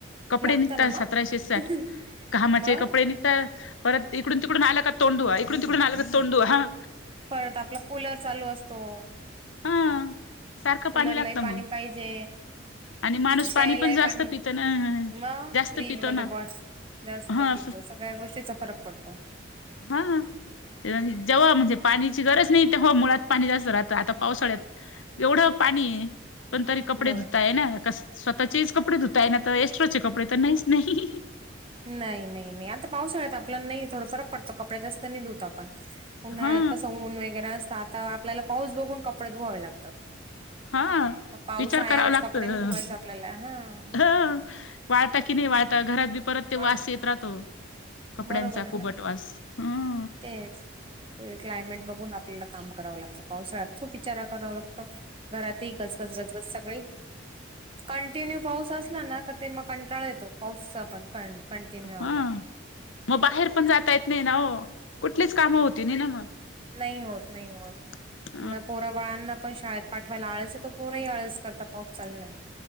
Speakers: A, on the left; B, on the right.
A: कपडे
B: लागतं
A: निघतात
B: ना मग
A: सतराशे साठ, घामाचे
B: मग
A: कपडे निघता परत इकडून तिकडून आलं का तोंड धुवा, इकडून तिकडून आलं का तोंड धुवा, हां.
B: परत आपला कूलर चालू असतो.
A: हा सारखं
B: कुलर
A: लागतं
B: लाही पाणी
A: मग
B: पाहिजे.
A: आणि माणूस पाणी
B: प्यायलाही
A: पण जास्त
B: पाणी,
A: पित ना
B: मग,
A: जास्त
B: फ्रीज
A: पितो
B: मध्ये
A: ना
B: बॉट जास्त
A: हा
B: पितो, सगळ्या गोष्टीचा फरक पडतो.
A: हां. जेव्हा म्हणजे पाण्याची गरज नाही, तेव्हा मुळात पाणी जास्त राहतं, आता पावसाळ्यात एवढं पाणी पण तरी कपडे
B: बरं
A: धुता येना, कसं स्वतःचेच कपडे धुता येना तर एक्स्ट्राचे कपडे तर नाहीच नाही.
B: नाही नाही नाही, आता पावसाळ्यात आपल्याला नाही थोडा फरक पडतो, कपडे् जास्त नाही धुत आपण. उन्हाळ्यात
A: हा
B: कसं ऊन वगैरे असतं, आता आपल्याला पाऊस बघून कपडे धुवावे लागतात.
A: हा
B: पाऊस
A: विचार
B: आहे
A: करावा
B: आज,
A: लागत
B: कपडे नाही धुवायच आपल्याला, हां.
A: ह वाळता की नाही वाळता, घरात बी परत ते
B: ह
A: वास येत राहतो, कपड्यांचा
B: बरोबर आहे
A: कुबट
B: ना
A: वास, हं
B: तेच. क्लायमेट बघून आपल्याला काम करावं लागतं, पावसाळ्यात खूप विचार करावं लागतं ‌. घरातही गजबज गजगज सगळी, कंटिन्यू पाऊस असला ना का ते मग कंटाळा येतो, पाऊसचा पण क कंटिन्यू आला
A: हा
B: तर
A: मग बाहेर पण जाता येत नाही ना ओ कुठलीच कामं होती नाही ना
B: नाही होत नाही होत
A: <inaudible>
B: पोरा बाळांना पण शाळेत पाठवायला आळस येतो पोरही आळस करता पाऊस चाललाय